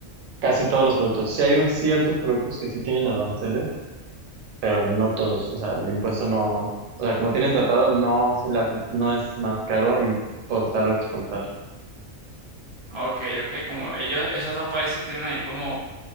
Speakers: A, on the right; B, on the right.
A: Casi todos los productos. Sí, hay unos ciertos productos que sí tienen aranceles, pero no todos. O sea, el impuesto no, o sea, como tienen tratado, no se le hace- no es más caro importar o exportar.
B: ok, ok. Como ellos, esos dos países tienen ahí como